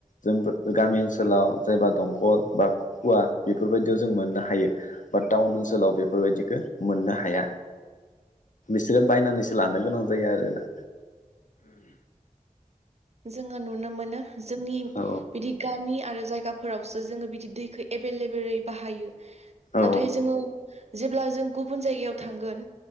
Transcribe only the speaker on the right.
जोंङो नुनो मोनो जोंनि
बिदि गामि आरो जायगाफोरावसो जोंङो बिदि दैखो एबेलेबेलै बाहायो।
नाथाय जोंङो जेब्ला जों गुबुन जायगायाव थांगोन